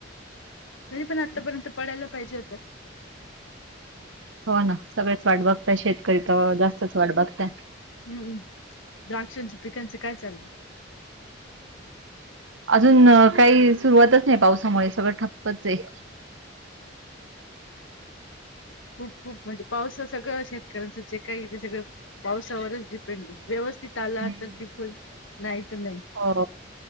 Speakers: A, on the left (about 80°); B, on the right (about 75°).
A: तरी पण आतापर्यंत पडायला पाहिजे होता.
B: हो ना, सगळेच वाट बघताय, शेतकरी तर जास्तच वाट बघता य.
A: हूं, द्राक्षांचे पिकांच काय चाललं?
B: अजून काही सुरुवातच नाही, पावसामुळे सगळं ठप्पच आहे.
A: <unintelligible> खूप खूप म्हणजे पावसाचं सगळं शेतकऱ्यांचं जे काही ते सगळं पावसावरच डिपेंड आहे. व्यवस् स्थित आला
B: हम्म.
A: तर पिकं होईल नाही तर नाही.
B: हो